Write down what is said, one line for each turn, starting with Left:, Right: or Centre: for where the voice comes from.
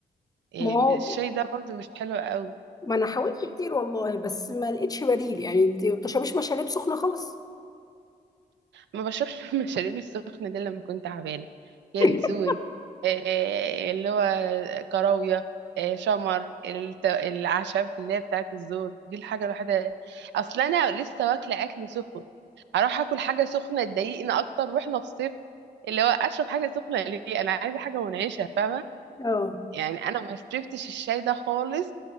Right: إيه،
Left: ما هو
Right: الشاي ده برضو مش حلو قوي
Left: ما انا حاولت كتير والله بس ما لقيتش بديل يعني انت ما بتشربيش مشاريب سخنه خالص
Right: ما بشربش <laughs> المشاريب السخنه دي لما كنت تعبانه ينسون
Left: <laughs>
Right: إيه، اللي هو كراويه إيه، شمر الت- الأعشاب اللي هي بتاعت الزور دي الحاجة الوحيدة أصل أنا لسه واكلة أكل سخن اروح اكل حاجه سخنه تضايقني اكتر واحنا في الصيف اللي هو اشرب حاجه سخنه ليه انا عايزه حاجه منعشه فاهمه
Left: اه
Right: يعني انا ما شربتش الشاي ده خالص